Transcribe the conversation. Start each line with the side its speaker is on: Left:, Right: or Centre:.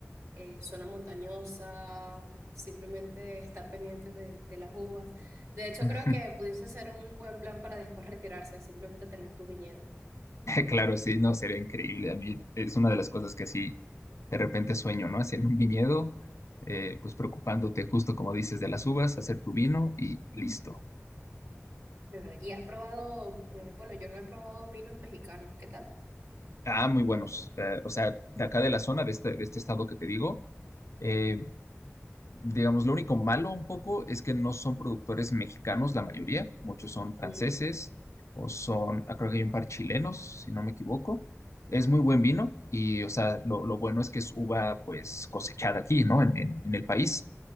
Right: eh, zona montañosa, simplemente estar pendiente de, de las uvas. De hecho,
Left: ujú.
Right: creo que
Left: <laughs>
Right: pudiese ser un buen plan para después retirarse, simplemente tener tu viñedo.
Left: Claro, sí, no, sería increíble. A mí es una de las cosas que así de repente sueño, ¿no? Haciendo un viñedo, eh, pues preocupándote justo como dices de las uvas, hacer tu vino y listo.
Right: Ajá. Y has probado, eh, bueno, yo no he probado vinos mexicanos, ¿qué tal?
Left: Ah, muy buenos. Eh, o sea, de acá de la zona, de este, de este estado que te digo. eh, Digamos, lo único malo un poco es que no son productores mexicanos la mayoría, muchos son franceses
Right: Mm,
Left: o son, ah, creo que hay un par chilenos, si no me equivoco. Es muy buen vino y, o sea, lo, lo bueno es que es uva pues cosechada aquí, ¿no? En, en- en el país.